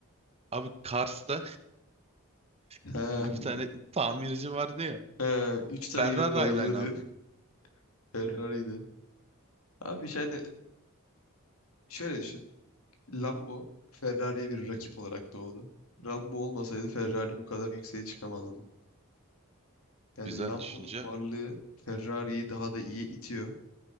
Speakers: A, on the right; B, on the left.
A: Abi Kars'ta
B: He,
A: <laughs> bir tane tamirci vardı ya.
B: he, üç
A: Ferrari
B: tane yere bayılıyordu.
A: aynı aynı abi.
B: <laughs> Ferrari'ydi. Abi yani şöyle düşün. Lambo Ferrari'ye bir rakip olarak doğdu. Lambo olmasaydı Ferrari bu kadar yükseğe çıkamazdı. Yani
A: Güzel
B: Lambo'nun
A: düşünce.
B: varlığı Ferrari'yi daha da iyi itiyor.